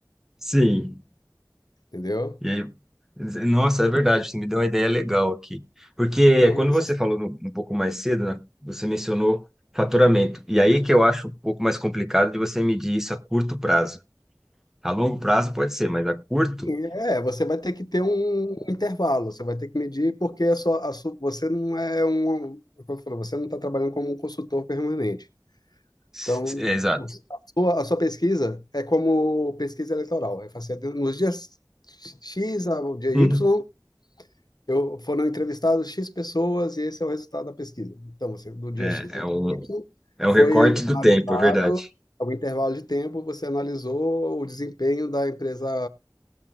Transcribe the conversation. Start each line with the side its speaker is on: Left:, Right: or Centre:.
Centre: Sim.
Left: entendeu?
Centre: E aí, nossa, é verdade, você me deu uma ideia legal aqui. Porque
Left: Então,
Centre: quando
Left: essas,
Centre: você falou no- um pouco mais cedo, né, você mencionou faturamento. E aí que eu acho um pouco mais complicado de você medir isso a curto prazo. A longo prazo pode ser, mas a curto,
Left: é, você vai ter que ter um intervalo, você vai ter que medir, porque a sua, a sua, você não é um, como eu falo, você não está trabalhando como um consultor permanente.
Centre: s-
Left: Então,
Centre: s- é exato.
Left: a sua, a sua pesquisa é como pesquisa eleitoral, é fazer nos dias X ao dia Y,
Centre: Hum.
Left: Eu, foram entrevistados X pessoas e esse é o resultado da pesquisa. Então, você, do dia
Centre: É,
Left: X ao
Centre: é
Left: dia
Centre: um,
Left: Y,
Centre: É
Left: foi
Centre: um recorte do
Left: analisado,
Centre: tempo, é verdade.
Left: a um intervalo de tempo, você analisou o desempenho da empresa